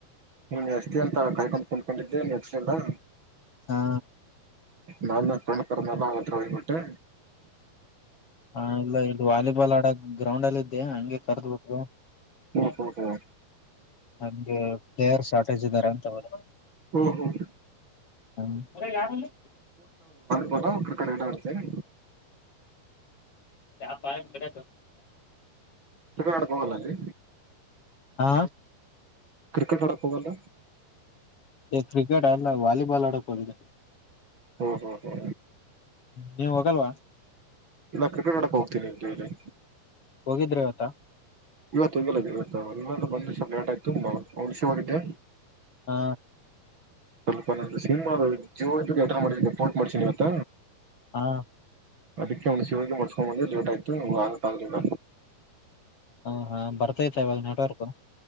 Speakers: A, on the right; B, on the left.
A: ಹ ಹಚ್ತಿ ಅಂತ ಕಾಯಕೊಂಡು ಕುಂದ್ಕೊಂಡಿದ್ದೆ ಹಚ್ಲಿಲ್ಲಾ.
B: ಹಾ.
A: ನಾ ಕಣಕರ್ ನಲ್ಲ ಆತ್ರ ಹೋಗಬಿಟ್ಟೆ.
B: ಹಾ ಇಲ್ಲ ಇದು ವಾಲಿಬಾಲ್ ಆಡ ಗ್ರೌಂಡ್ ಏಲ್ಲಿ. ಹಂಗೆ ಕರ್ದಬಟ್ರು
A: ಹ್ಮ್
B: ಅ
A: ಹ್ಮ್ ಹ್ಮ್
B: ಹಂಗೆ ಪ್ಲೇಯರ್ಸ. ರಜದಾರಂತ ಅವ್ರು.
A: ಹ್ಮ್ ಹ್ಮ್
B: ಹ ಹಲೋ ಯಾರಲ್ಲಿ.
A: ದೊಡ್ಡವ ಆಗಿ ಕ್ರಿಕೆಟ್ ಆಟ ಆಡ್ತಿ ಏನ್.
B: ಯಪಾಯ ಬರ
A: ಜೂಗ ಆಡಕ್ ಹೋಗಲ್ಲರಿ.
B: ಹಾ.
A: ಕ್ರಿಕೆಟ್ ಆಡಕ್ ಹೋಗಲ್ಲ.
B: ಕ್ರಿಕೆಟ್ ಅಲ್ಲ ವಾಲಿಬಾಲ್ ಆಡಕ್ ಹೋಗಿದೆ.
A: ಓಹೋಹೋ.
B: ನೀವ್ ಹೋಗಲ್ವಾ
A: ಇಲ್ಲ ಕ್ರಿಕೆಟ್ ನೋಡಕ್ ಹೋಗ್ತೀನಿ ಇ ಇಲ್ಲಿ
B: ಹೋಗಿದ್ರೆ ಅವವತ್ತ
A: ಇವತ್ತುಂಲ್ಲ ಇವತ್ತು ಅಲ್ಲಲ್ಲ ಬಂದ ಸ್ವಲ್ ಲೇಟ ಆಯ್ತುಂಬಳ ಶಿವಿದ್ದೆ
B: ಹಾ.
A: ಸ್ವಲ್ಪ ನ ಸಿನಿಮಾ ಜೋ ಇದ ಅಟ ಮಾಡ ಪೋರ್ಟ್ ಮಾಡ್ಸಿನನಿವತ್ತ
B: ಹಾ.
A: ಅದಕ್ಕೆ ಅವ್ ಸಿವಗೆ ಮಾಡಸ್ಕೊಂಡ್ ಬಂದ್ರೆ ಲೇಟ್ ಆಯ್ತು ಅಗಾಕ್ ಆಗಲಿಲ್ಲ.
B: ಹ ಹಾ ಬರ್ತೈತಾ ಇವಾಗ ನೆಟ್ವರ್ಕ್.